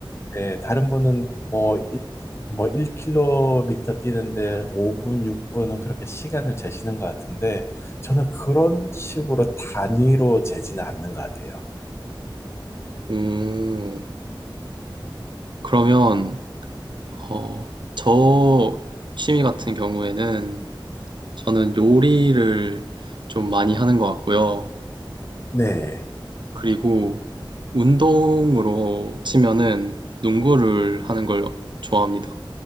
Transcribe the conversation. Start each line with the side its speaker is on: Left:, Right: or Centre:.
Left: 네, 다른 분은 뭐, 일, 뭐 1km 뛰는데 5분, 6분은 그렇게 시간을 재시는 것 같은데 저는 그런 식으로 단위로 재지는 않는 것 같아요.
Right: 오, 그러면, 어, 저 취미 같은 경우에는 저는 요리를 좀 많이 하는 것 같고요.
Left: 네.
Right: 그리고 운동으로 치면은 농구를 하는 걸 좋아합니다.